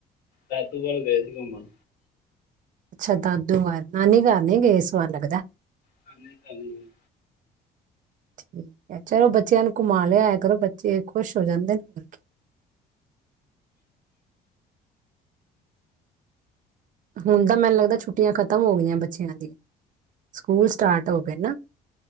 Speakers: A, on the left (about 70°); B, on the right (about 50°).
A: ਰੇਤੂਵਾਲ ਗਏ ਸੀ ਘੁੰਮਣ
B: ਅੱਛਾ ਦਾਦੂ ਘਰ ਨਾਨੀ ਘਰ ਨੀ ਗਏ ਇਸਵਾਲ ਲੱਗਦਾ
A: ਕਰਨੇ ਚ ਨਹੀਂ
B: ਠੀਕ ਐ, ਚਲੋ ਬੱਚਿਆਂ ਨੂੰ ਘੁਮਾ ਲਿਆਇਆ ਕਰੋ ਬੱਚੇ ਖੁਸ਼ ਹੋ ਜਾਂਦੇ ਨੇ ਹੋਰ ਕੀ ਹੁਣ ਤਾਂ ਮੈਨੂੰ ਲੱਗਦਾ ਛੁੱਟੀਆਂ ਖ਼ਤਮ ਹੋ ਗਈਆਂ ਬੱਚਿਆਂ ਦੀ ਸਕੂਲ ਸਟਾਰਟ ਹੋ ਗਏ ਨਾ।